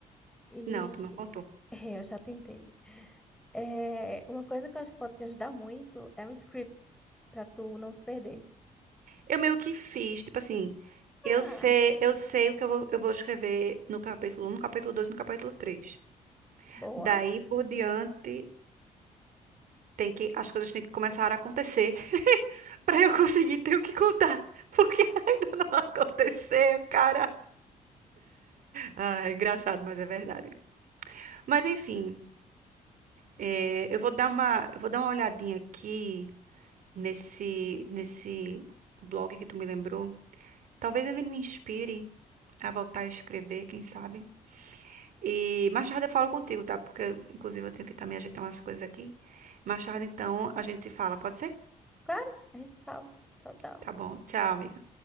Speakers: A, in the centre; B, on the right.
A: E
B: Não, tu não contou.
A: <laughs> é, eu já tentei. É, uma coisa que eu acho que pode te ajudar muito é um script, pra tu não se perder.
B: Eu meio que fiz, tipo assim. Eu sei,
A: Ah,
B: eu sei o que eu vou, eu vou escrever no capítulo um no capítulo dois no capítulo três
A: boa.
B: Daí por diante. tem que, as coisas têm que começar a acontecer <laughs> para eu conseguir ter o que contar. Porque <laughs> ainda não aconteceu, cara. Ah, é engraçado, mas é verdade. Mas enfim, é, eu vou dar uma, eu vou dar uma olhadinha aqui nesse, nesse blog que tu me lembrou. Talvez ele me inspire a voltar a escrever, quem sabe. E mais tarde eu falo contigo, tá? Porque, inclusive, eu tenho que também ajeitar umas coisas aqui. Mais tarde, então, a gente se fala, pode ser?
A: Claro, a gente se fala. Tchau, tchau.
B: Tá bom. Tchau, amiga.